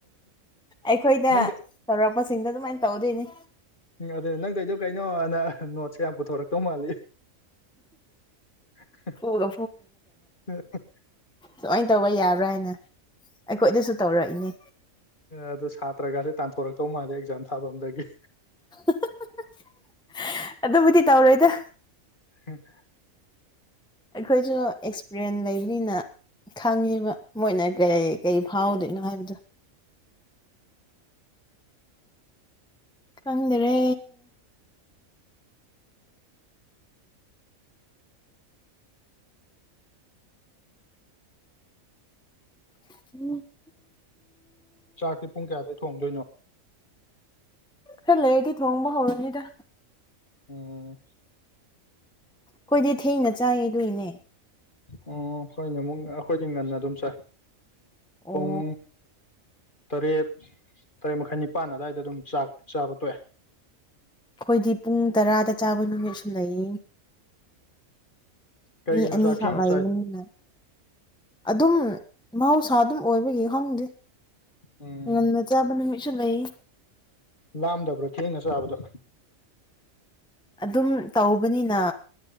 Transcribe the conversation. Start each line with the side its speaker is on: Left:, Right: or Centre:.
Centre: ꯑꯩꯈꯣꯏꯗ
Left: ꯅꯪꯗ
Centre: ꯇꯧꯔꯛꯁꯤꯡꯗꯣ ꯑꯗꯨꯃꯥꯏꯟ ꯇꯧꯗꯣꯏꯅꯤ
Left: ꯎ ꯑꯗ ꯅꯪ ꯇꯣꯏꯗꯣ ꯀꯩꯅꯣꯅ ꯍ ꯅꯣꯠ ꯁ ꯌꯥꯝ ꯄꯨꯊꯣꯔꯛꯇꯧ ꯃꯥꯜꯂꯤ <unintelligible>
Centre: ꯐꯨꯒ ꯁꯨꯃꯥꯏꯟ ꯇꯧꯕ ꯌꯥꯕ꯭ꯔꯥ ꯍꯥꯏꯅ ꯑꯩꯈꯣꯏꯗꯁꯨ ꯇꯧꯔꯛꯏꯅꯦ
Left: ꯑꯗꯨ ꯁꯥꯇ꯭ꯔꯒꯁꯦ ꯇꯥꯟꯊꯣꯔꯛꯇꯧ ꯃꯥꯜꯂꯦ ꯑꯦꯛꯖꯥꯝ ꯊꯥꯕꯝꯗꯒꯤ
Centre: <unintelligible> ꯑꯗꯨꯕꯨꯗꯤ ꯇꯧꯔꯣꯏꯗ
Left: <unintelligible>
Centre: ꯑꯩꯈꯣꯏꯁꯨ ꯑꯦꯛꯁꯄ꯭ꯔꯤꯑꯦꯟ ꯂꯩꯕꯅꯤꯅ ꯈꯪꯉꯤꯕ ꯃꯣꯏꯅ ꯀꯔꯤ ꯀꯩ ꯐꯥꯎꯗꯣꯏꯅꯣ ꯍꯥꯏꯕꯗꯨ ꯈꯪꯗꯔꯦ <unintelligible>
Left: ꯆꯥꯛꯇꯤ ꯄꯨꯡ ꯀ꯭ꯌꯥ ꯑꯗꯨꯋꯥꯏ ꯊꯣꯡꯗꯣꯏꯅꯣ
Centre: ꯍꯦꯛ ꯂꯩꯔꯗꯤ ꯊꯣꯡꯕ ꯍꯧꯔꯅꯤꯗ
Left: ꯎꯝ
Centre: ꯈꯣꯏꯗꯤ ꯊꯦꯡꯅ ꯆꯥꯏ ꯑꯗꯨꯏꯅꯦ
Left: ꯑꯣ ꯍꯣꯏꯅꯦ ꯃꯨꯛꯅ ꯑꯈꯣꯏꯗꯤ ꯉꯟꯅ ꯑꯗꯨꯝ ꯆꯥꯏ ꯄꯨꯡ
Centre: ꯑꯣ
Left: ꯇꯔꯦꯠ ꯇꯔꯦꯠ ꯃꯈꯥꯏ ꯅꯤꯄꯥꯟ ꯑꯗ꯭ꯋꯥꯏꯗ ꯑꯗꯨꯝ ꯆꯥꯛ ꯆꯥꯕ ꯇꯣꯛꯑꯦ
Centre: ꯈꯣꯏꯗꯤ ꯄꯨꯡ ꯇꯔꯥꯗ ꯆꯥꯕ ꯅꯨꯃꯤꯠꯁꯨ ꯂꯩꯌꯦ
Left: ꯀꯩꯒꯤꯅꯣ
Centre: ꯃꯤ ꯑꯅꯤꯈꯛ
Left: ꯆꯥꯛ ꯊꯦꯡꯅ
Centre: ꯂꯩꯕꯅꯤꯅ
Left: ꯆꯥꯏ
Centre: ꯑꯗꯨꯝ ꯃꯍꯧꯁꯥ ꯑꯗꯨꯝ ꯑꯣꯏꯕꯒꯤ ꯍꯪꯗꯦ
Left: ꯎꯝ
Centre: ꯉꯟꯅ ꯆꯥꯕ ꯅꯨꯃꯤꯠꯁꯨ ꯂꯩ
Left: ꯂꯥꯝꯗꯕ꯭ꯔꯣ ꯊꯦꯡꯅ ꯆꯥꯕꯗꯣ
Centre: ꯑꯗꯨꯝ ꯇꯧꯕꯅꯤꯅ